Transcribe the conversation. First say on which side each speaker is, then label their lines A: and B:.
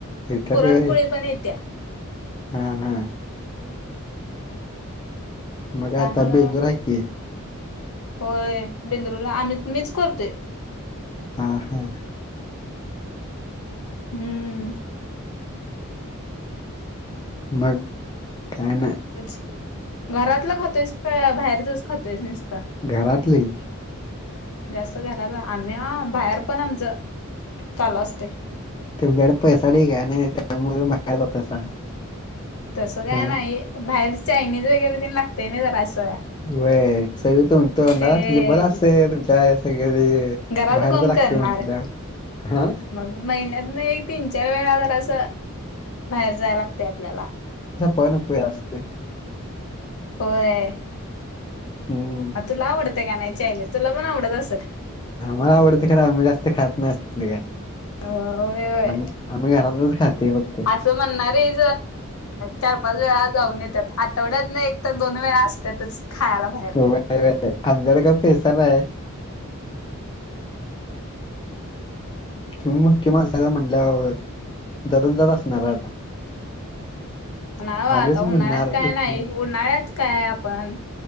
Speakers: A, on the left (about 20°); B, on the left (about 75°).
A: येत्यात
B: पुरणपोळी
A: व्हय,
B: पण येत्या
A: हा हा मग
B: त्यामुळं
A: आता बेंदूर हाय की.
B: होय बेंदरूला आम्ही मीच करतोय.
A: हा हा.
B: हम्म.
A: मग, काय नाय.
B: उच, घरातलं खातोईस का बाहेरचच खातोईस निसता.
A: घरातली.
B: जास्त घरात आम्हीया बाहेर पण आमच, चालू असतय.
A: तुमच्याकड पैसा ढीग हाय नई त्यामुळे तुम्ही बाहेर जातासा.
B: तसं काय
A: हां.
B: नाही बाहेरच चायनीज वगैरे तेन लागतय नई जरासं.
A: व्हय सगळ तो- तोंडाला
B: ते
A: जीभेला असंय तुमच्या सगळ
B: घरात
A: बाहेरच
B: कोण
A: लागतय
B: करणार
A: म्हटल, हा.
B: मग महिन्यात एक तीन चार वेळा जर असं, बाहेर जाय लागतय आपल्याला.
A: पन पे असुदे.
B: होय.
A: हं.
B: आ तुला आवडतय का नाही चानीज तुला पण आवडत असल.
A: आम्हाला आवडतंय खर आम्ही जास्त खात नाही. <unintelligible>
B: होय होय
A: आम- आम्ही घरातलच खातोय फक्त.
B: त म्हणणारी चार पाच वेळा जाऊन येतात आठवड्यात ना एक तर दोन वेळा असतातच खायला भहि
A: अंधर का पैसा नाही आहे तुम्ही मुख्य माणसाला म्हणल्या दररोजजात असणार आता
B: ना
A: आलेच
B: आता उन्हाळ्यात
A: म्हणणार
B: काय
A: इथनं.
B: नाही उन्हाळ्यात काय आपण